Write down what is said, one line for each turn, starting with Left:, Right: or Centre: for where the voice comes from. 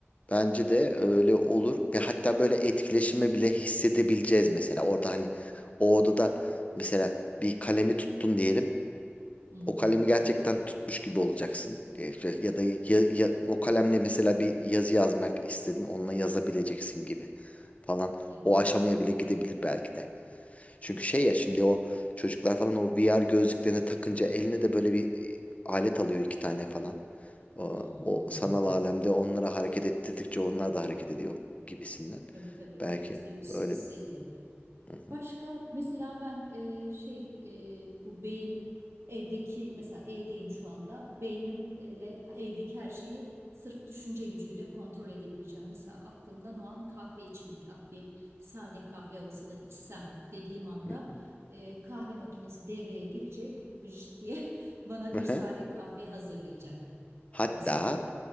Left: bence de öyle
Right: Bak.
Left: olur. Ve hatta böyle etkileşimi bile hissedebileceğiz mesela. Orada hani o odada mesela bir kalemi tuttun diyelim.
Right: Hmm,
Left: O kalemi gerçekten tutmuş gibi olacaksın. E, şey, Ya da ya- ya- o kalemle mesela bir yazı yazmak istedin, onunla yazabileceksin gibi falan.
Right: değil
Left: O
Right: mi?
Left: aşamaya bile gidebilir belki de. Çünkü şey ya şimdi o çocuklar falan o VR gözlüklerini takınca eline de böyle bir e, alet alıyor iki tane falan. O,
Right: Hı hı
Left: o
Right: hı. hı.
Left: sanal alemde onlara hareket ettirdikçe onlar da hareket ediyor gibisinden.
Right: Tabii tabii
Left: Belki
Right: yüzde yüz
Left: öyle
Right: hissediyor.
Left: mi? Hı hı,
Right: Başka mesela ben e, şey e, bu beyin evdeki mesela evdeyim şu anda beynimle evdeki her şeyi sırf düşünce gücüyle kontrol edebileceğim. Mesela aklımdan o an kahve içmek ah bir sade kahve olsa da içsem dediğim anda
Left: hı hı.
Right: e, kahve makinesi devreye girecek vıcık diye <laughs> bana bir
Left: Hı hı.
Right: sade kahve hazırlayacak
Left: Hatta
Right: mesela.